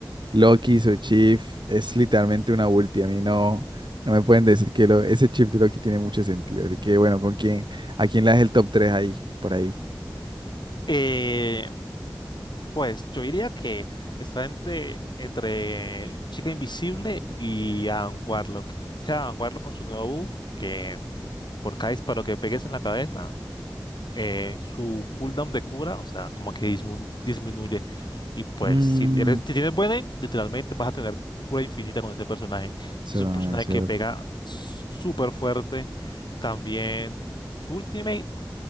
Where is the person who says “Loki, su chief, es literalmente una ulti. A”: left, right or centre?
Right